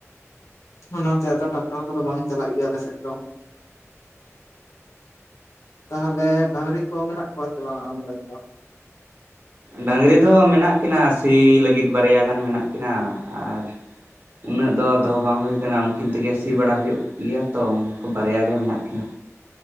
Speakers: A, on the left; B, on the right.
A: ᱚᱱᱟᱛᱮ ᱟᱫᱚ ᱴᱟᱠᱴᱟᱨ ᱠᱚᱫᱚ ᱵᱟᱝ ᱪᱟᱞᱟᱜ ᱜᱮᱭᱟ ᱟᱞᱮ ᱥᱮᱫ ᱫᱚ᱾ ᱛᱟᱦᱚᱞᱮ ᱰᱟᱝᱨᱤ ᱠᱚ ᱢᱮᱱᱟᱜ ᱠᱚᱣᱟ ᱥᱮ ᱵᱟᱝ ᱟᱢᱨᱮᱱ ᱫᱚ?
B: ᱰᱟᱝᱨᱤ ᱫᱚ ᱢᱮᱱᱟᱜ ᱠᱤᱱᱟ ᱥᱤ ᱞᱟᱹᱜᱤᱫ ᱵᱟᱨᱭᱟ ᱜᱟᱱ ᱢᱮᱱᱟᱜ ᱠᱤᱱᱟ, ᱟᱨᱼᱼ ᱩᱱᱟᱹᱜ ᱫᱚ ᱫᱚᱦᱚ ᱵᱟᱝ ᱦᱩᱭ ᱠᱟᱱᱟ ᱩᱱᱠᱤᱱ ᱛᱮᱜᱮ ᱥᱤ ᱵᱟᱲᱟ ᱦᱩᱭᱩᱜ ᱜᱮᱭᱟ ᱛᱚ ᱩᱱᱠᱩ ᱵᱟᱨᱭᱟ ᱜᱮ ᱢᱮᱱᱟᱜ ᱠᱤᱱᱟ᱾